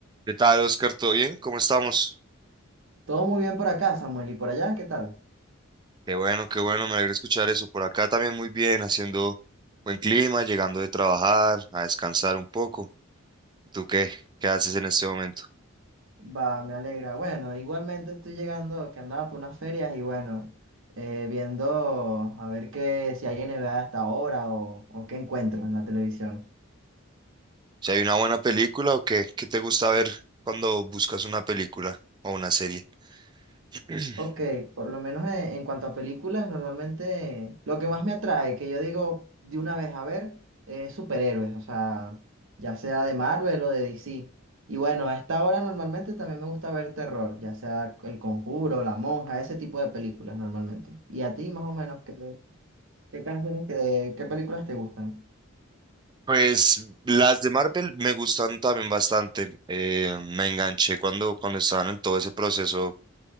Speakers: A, on the right; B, on the right.
A: ¿Qué tal, Oscar? ¿Todo bien? ¿Cómo estamos?
B: Todo muy bien por acá, Samuel. ¿Y por allá? ¿Qué tal?
A: Qué bueno, qué bueno, me alegra escuchar eso. Por acá también muy bien, haciendo buen clima, llegando de trabajar, a descansar un poco. ¿Tú qué? ¿Qué haces en este momento?
B: Va, me alegra. Bueno, igualmente estoy llegando, que andaba por unas ferias y bueno, eh, viendo a ver qué, si hay NBA hasta ahora o, o qué encuentro en la televisión.
A: ¿Si hay una buena película o qué? ¿Qué te gusta ver cuando buscas una película o una serie? <clears throat>
B: Ok, por lo menos en, en cuanto a películas, normalmente lo que más me atrae, que yo digo de una vez a ver, es superhéroes, o sea, ya sea de Marvel o de DC. Y bueno, a esta hora normalmente también me gusta ver terror, ya sea El Conjuro, La Monja, ese tipo de películas normalmente. ¿Y a ti más o menos qué, qué canciones, qué, qué películas te gustan?
A: Pues las de Marvel me gustan también bastante. Eh, me enganché cuando, cuando estaban en todo ese proceso